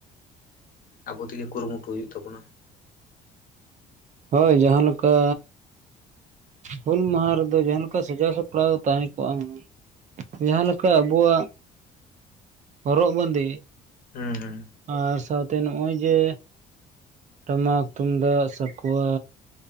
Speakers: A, on the left (about 55°); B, on the right (about 45°).
A: ᱟᱵᱚ ᱛᱮᱜᱮ ᱠᱩᱨᱩᱢᱩᱴᱩ ᱦᱩᱭᱩᱜ ᱛᱟᱵᱚᱱᱟ ᱾
B: ᱦᱳᱭ ᱡᱟᱦᱟᱸ ᱞᱮᱠᱟ ᱦᱩᱞ ᱢᱟᱦᱟ ᱨᱮᱫᱚ ᱡᱟᱦᱟᱸ ᱞᱮᱠᱟ ᱥᱟᱡᱟᱣ ᱥᱟᱯᱲᱟᱣ ᱛᱟᱦᱮᱸ ᱠᱚᱜᱼᱟ ᱦᱩᱱᱟᱹᱝ ᱡᱟᱦᱟᱸ ᱞᱮᱠᱟ ᱟᱵᱚᱣᱟᱜ ᱦᱚᱨᱚᱜ ᱵᱟᱸᱫᱤ
A: ᱦᱩᱸ ᱦᱩᱸ ᱾
B: ᱟᱨ ᱥᱟᱶᱛᱮ ᱱᱚᱜᱼᱚᱭ ᱡᱮ ᱴᱟᱢᱟᱠ, ᱛᱩᱢᱫᱟᱜ, ᱥᱟᱠᱣᱟ,